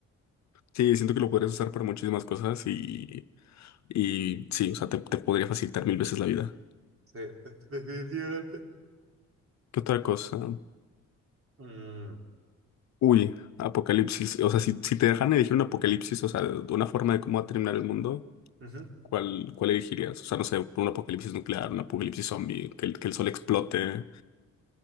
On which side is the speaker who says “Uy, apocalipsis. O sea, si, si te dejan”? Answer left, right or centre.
Left